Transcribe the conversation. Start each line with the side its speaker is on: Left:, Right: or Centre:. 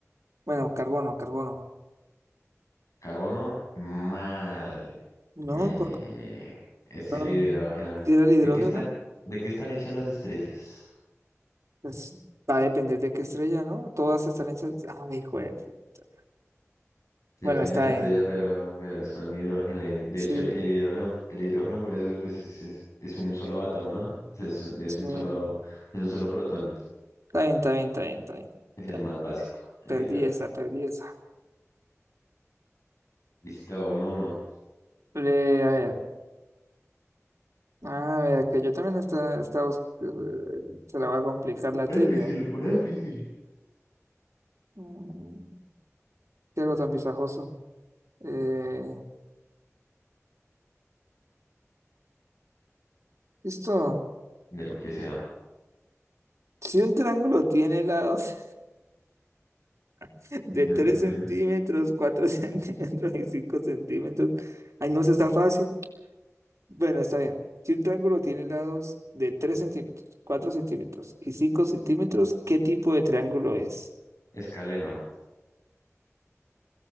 Right: bueno, carbono, carbono.
Left: Carbono, mal.
Right: No,
Left: Mm,
Right: co-
Left: es
Right: no,
Left: el hidrógeno.
Right: si era el hidrógeno,
Left: ¿De qué están, de qué están hechas las estrellas?
Right: pues va a depender de qué estrella, ¿no? Todas están hechas. Ah, hijo de puta.
Left: Depende
Right: Bueno, está
Left: de la estrella,
Right: bien.
Left: pero, pero son hidrógeno. y De
Right: Sí,
Left: hecho, el, el hidrógeno, el hidrógeno por eso pues, es, es- es un solo átomo, ¿no? Es, es un es
Right: sí.
Left: un solo, es un solo protón.
Right: Está bien, está bien, está bien, está bien.
Left: Es
Right: está
Left: el más
Right: bien.
Left: básico, el
Right: Perdí
Left: hidrógeno.
Right: esa, perdí esa.
Left: Listo, uno, uno.
Right: le a ver. A ver, que yo también está, está, bus- eh, se la va a complicar la trivia.
Left: Una difícil, una difícil.
Right: Mm, ¿Qué hago tan pisajoso? Eh, esto,
Left: De lo que sea.
Right: si un triángulo tiene lados <laughs> de
Left: Ujú,
Right: 3
Left: ujú.
Right: centímetros, 4 <laughs> centímetros y 5 centímetros, ay, no, eso está fácil. Bueno, está bien. Si un triángulo tiene lados de 3 centímetros, 4 centímetros y 5 centímetros, ¿qué tipo de triángulo es?
Left: Escaleno.